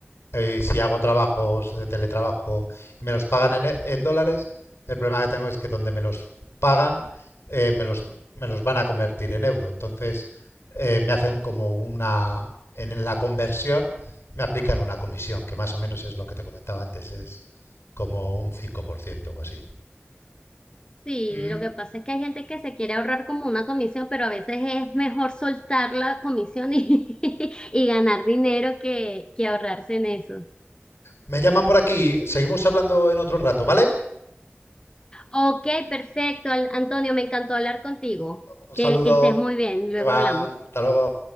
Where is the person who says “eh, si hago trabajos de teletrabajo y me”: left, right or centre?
Left